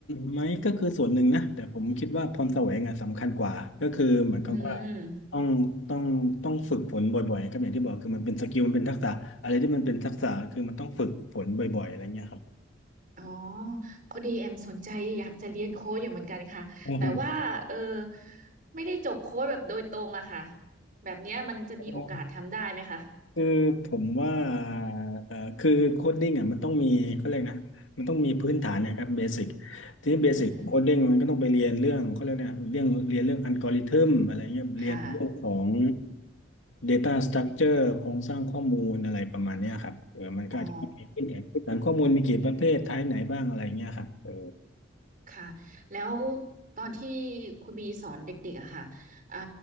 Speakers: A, on the left; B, on the right.
A: ไหมก็คือส่วนหนึ่งนะแต่ผมคิดว่าพรแสวงอ่ะสำคัญกว่าก็คือเหมือนกับว่า
B: อืม
A: ต้องต้องต้องฝึกฝนบ่อยๆครับอย่างที่บอกคือมันเป็นสกิลมันเป็นทักษะอะไรที่มันเป็นทักษะคือมันต้องฝึกฝนบ่อยๆอะไรเงี้ยครับ
B: อ๋อพอดีแอมสนใจอยากจะเรียนโค้ดอยู่เหมือนกันค่ะแต่ว่าเออ
A: อือฮ
B: ไม่ได้จบโค้ดแบบโดยตรงอะค่ะแบบเนี้ยมันจะมีโอกาสทำได้ไหมคะ
A: ึ คือผมว่าเอ่อคือโคดดิ้งอ่ะมันต้องมีเขาเรียกนะมันต้องมีพื้นฐานนะครับเบสิกทีนี้เบสิกของโคดดิ้งมันก็ต้องไปเรียนเรื่องเขาเรียกนะเรื่องเรียนเรื่องอัลกอริทึมอะไรเงี้ยเรียนเรื่องของ
B: อืมค่ะ
A: Data Structure โครงสร้างข้อมูลอะไรประมาณเนี้ยครับเออมันก็อาจจะต้องมีพื้นฐานพื้นฐานข้อมูลมีกี่ประเภทไทป์ไหนบ้างอะไรเงี้ยครับเออ
B: อ๋อค่ะแล้วตอนที่คุณบีสอนเด็กๆอะค่ะอ่า